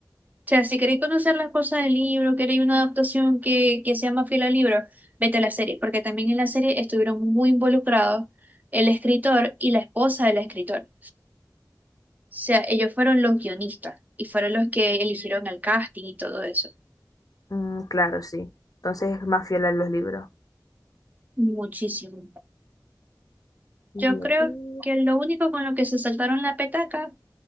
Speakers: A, on the right; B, on the left.
A: sea, si queréis conocer las cosas del libro, queréis una adaptación que, que sea más fiel al libro, vete a la serie, porque también en la serie estuvieron muy involucrados el escritor y la esposa del escritor. O sea, ellos fueron los guionistas y fueron los que eligieron el casting y todo eso.
B: Mm, claro, sí. Entonces es más fiel a los libros.
A: Muchísimo.
B: Y
A: Yo creo
B: a ver,
A: que lo único con lo que se saltaron la petaca